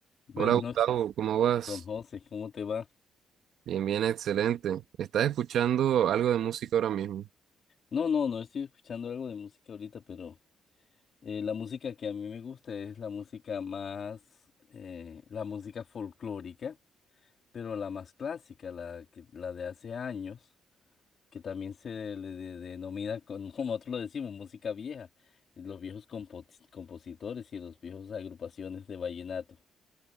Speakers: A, on the left; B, on the right.
A: Buenas
B: Hola Gustavo,
A: noches,
B: ¿cómo vas?
A: don José, ¿cómo te va?
B: Bien, bien, excelente. ¿Estás escuchando algo de música ahora mismo?
A: No, no, no estoy escuchando algo de música ahorita, pero eh, la música que a mí me gusta es la música más, eh, la música folclórica, pero la más clásica, la, que, la de hace años, que también se le de- denomina, con- <laughs> como nosotros lo decimos, música vieja, los viejos compos- compositores y los viejos agrupaciones de vallenato.